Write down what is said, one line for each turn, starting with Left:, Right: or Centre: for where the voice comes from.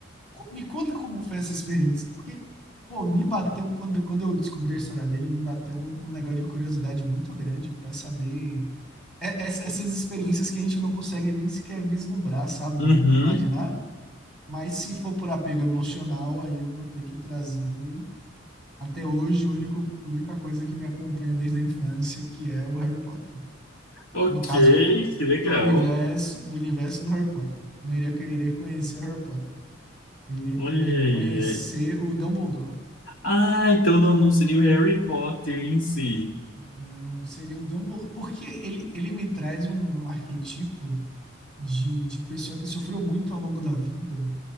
Centre: Co- Me conta como foi essa experiência, porque, pô, me bateu, quando eu, quando eu descobri a história dele, me bateu um, um negócio de curiosidade muito grande para saber é- ess- essas experiências que a gente não consegue nem sequer vislumbrar, sabe?
Left: Uhum.
Centre: Imaginar. Mas se for por apego emocional, aí eu vou ter que trazer. Até hoje, o único, a única coisa que me acompanha desde a infância, que é o Harry Potter.
Left: Ok,
Centre: No caso,
Left: que legal.
Centre: do universo, do universo do Harry Potter. Não iria querer conhecer Harry Potter. Eu iria
Left: Olha
Centre: querer
Left: aí.
Centre: conhecer o Dumbledore.
Left: Ah, então não, não seria o Harry Potter em si.
Centre: Não, seria o Dumbledore. Porque ele, ele me traz um arquetipo de, de pessoa que sofreu muito ao longo da vida